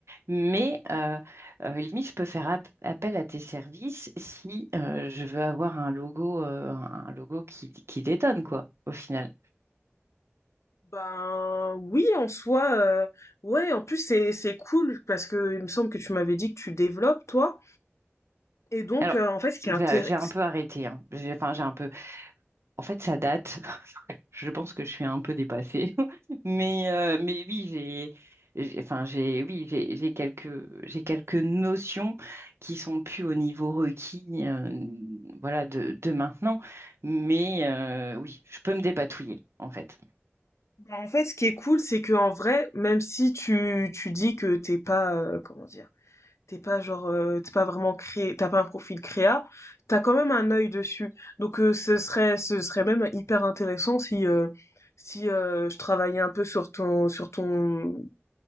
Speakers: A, on the right; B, on the left.
A: mais euh, euh, limite, je peux faire ap- appel à tes services si euh, je veux avoir un logo, euh, un logo qui, qui détonne, quoi, au final.
B: Ben oui, en soi, euh, ouais. En plus, c'est c'est cool parce que il me semble que tu m'avais dit que tu développes toi. Et donc,
A: Alors,
B: euh, en fait, ce qui
A: j'ai
B: est intér-
A: j'ai un peu arrêté, hein. J'ai, enfin, j'ai un peu. En fait, ça date. <laughs> Je pense que je suis un peu dépassée. <laughs> Mais, euh, mais oui, j'ai, j'ai- enfin, j'ai, oui, j'ai, j'ai quelques, j'ai quelques notions qui sont plus au niveau requis, euh, voilà, de, de maintenant. Mais euh, oui, je peux me dépatouiller, en fait.
B: ben, en fait, ce qui est cool, c'est que en vrai, même si tu tu dis que t'es pas euh, comment dire T'es pas genre, euh, t'es pas vraiment créé, t'as pas un profil créa, t'as quand même un œil dessus. Donc euh, ce serait, ce serait même hyper intéressant si, euh, si euh, je travaillais un peu sur ton, sur ton,